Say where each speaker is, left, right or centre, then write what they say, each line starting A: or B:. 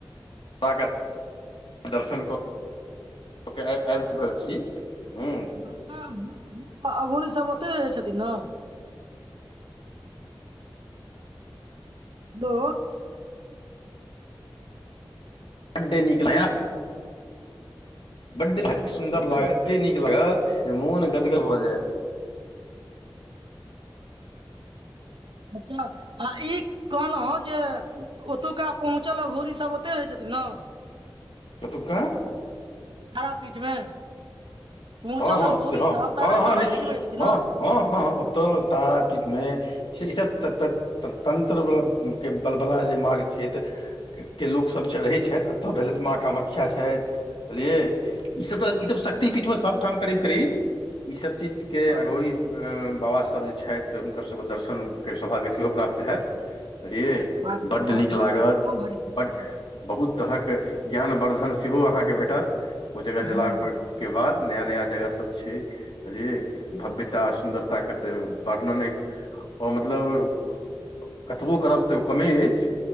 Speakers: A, on the left (about 80°); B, on the right (about 70°).
A: पा कऽ दर्शन कऽ कऽ केँ आबि चुकल छी हुँ
B: बड़का <unintelligible> अघोरी सब ओते रहै छथिन ने। हैलो
A: <unintelligible> केँ लगै बड्ड सुन्दर
B: हुँ
A: लाग एते नीक लागत जे मोन गदगद भऽ जाय
B: अच्छऽ आ ई कहलहु जे ओतुका पहुँचल अघोरी सब ओते रहै छथिन नऽ
A: कतुका
B: तारापीठ मे पहुँचल
A: हँ हँ
B: अघौरी
A: से हँ
B: सब तारे
A: हँ हँ
B: तरे
A: निश्चित
B: पीठ मे रहै छथिन
A: हँ
B: नऽ
A: हँ हँ ओतऽ तारापीठमे से ईसभ तऽ त तंत्रबला केँ बलबला जे मार्ग छियै तऽ केँ लोकसभ चढ़ै छथि एतऽ भेलथि माँ कामाख्या छैथ बुझलियै ई सब तऽ ई सब शक्तिपीठमे सब ठाम करीब करीब ई सब चीज केँ
B: हँ
A: अघौरी ए बाबासभ जे छैथ हुनकर सभ केँ दर्शन केँ सौभाग्य सेहो प्राप्त हैत
B: ये
A: बुझलियै
B: बात तऽ
A: बड्ड
B: समाज
A: नीक
B: प्राप्त
A: लागत
B: भए कम भारी गप छियै
A: बड्ड बहुत तरहक ज्ञानवर्धन सेहो अहाँकेँ भेटत ओय जगह जेला
B: हँ
A: पर केँ बाद नया नया जगह सब छै बुझलियै भव्यता सुन्दरता के तऽ वर्णने अ मतलब कतबो करब तऽ ओ कमे अछि